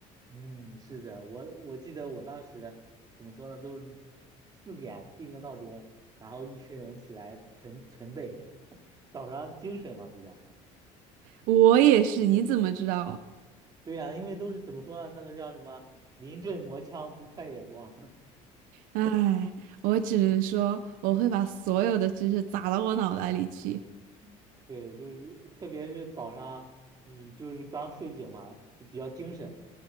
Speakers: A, on the right; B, on the right.
A: 嗯，是的，我我记得我当时怎么说呢，都是四点定个闹钟，然后一群人起来晨晨背，早上精神嘛比较。
B: 我也是，你怎么知道？
A: 对呀、因为都是怎么说呢，那个叫什么临阵磨枪不快也光。
B: 唉，我只能说我会把所有的知识砸到我脑袋里去。
A: <laughs> 对，就是特别是早上你就是刚睡醒嘛，就比较精神，